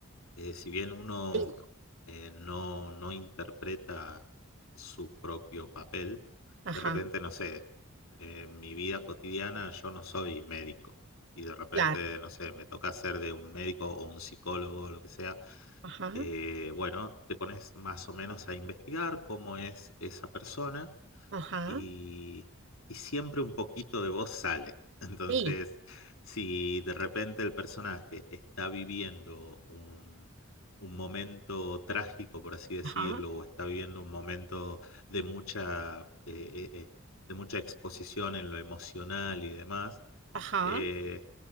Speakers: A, on the left; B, on the right.
A: eh, si bien uno
B: Sí,
A: eh, no, no interpreta su propio papel,
B: ajá,
A: de repente, no sé, eh, en mi vida cotidiana yo no soy médico y de repente,
B: claro,
A: no sé, me toca ser de un médico o un psicólogo o lo que sea,
B: ajá,
A: eh, bueno, te pones más o menos a investigar cómo es esa persona
B: ajá,
A: y, y siempre un poquito de vos sale. <laughs> Entonces,
B: sí,
A: si de repente el personaje está viviendo un, un momento trágico, por así decirlo,
B: ajá,
A: o está viviendo un momento de mucha, eh, eh, eh, de mucha exposición en lo emocional y demás,
B: ajá.
A: eh,